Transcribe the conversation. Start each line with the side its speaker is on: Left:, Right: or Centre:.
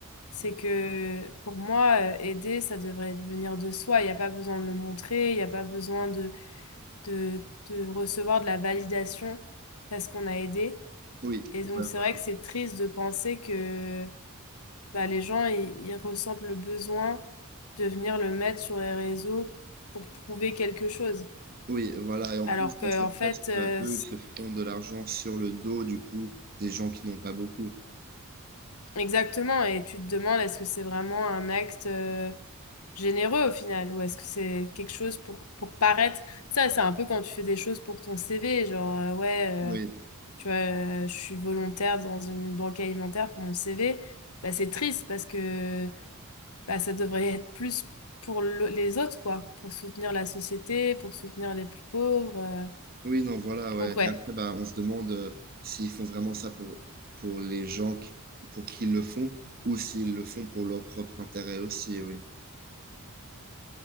Left: C'est que pour moi, euh, aider, ça devrait venir de soi. Il n'y a pas besoin de le montrer, il n'y a pas besoin de, de, de recevoir de la validation parce qu'on a aidé.
Right: Oui,
Left: Et
Right: ouais,
Left: donc, c'est
Right: ouais.
Left: vrai que c'est triste de penser que bah, les gens, ils, ils ressentent le besoin de venir le mettre sur les réseaux pour prouver quelque chose.
Right: Oui, voilà. Et en
Left: Alors
Right: plus,
Left: qu'en
Right: bah, c'est
Left: fait,
Right: presque,
Left: euh,
Right: bah, eux, ils se font de l'argent sur le dos, du coup, des gens qui n'ont pas beaucoup.
Left: Exactement, et tu te demandes est-ce que c'est vraiment un acte euh, généreux au final, ou est-ce que c'est quelque chose pour, pour paraître. Ça, c'est un peu quand tu fais des choses pour ton CV, genre euh, ouais,
Right: Oui,
Left: euh, tu vois, euh, je suis volontaire dans une banque alimentaire pour mon CV. Bah, c'est triste parce que bah, ça devrait être plus pour le- les autres, quoi, pour soutenir la société, pour soutenir les plus pauvres. euh.
Right: oui, non, voilà, ouais.
Left: Donc ouais,
Right: Et après, bah, on se demande euh, s'ils font vraiment ça pour, pour les gens qui- pour qui ils le font ou s'ils le font pour leur propre intérêt aussi, oui.